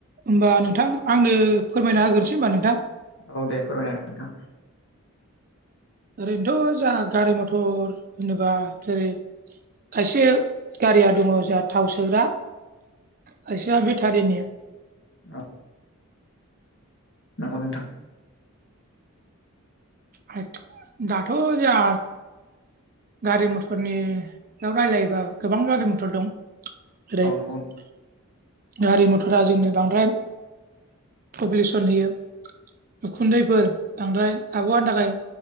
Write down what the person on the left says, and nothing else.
औ दे फोरमायना होदो नोंथां।
औ नोंगौ नोंथां
औ नंगौ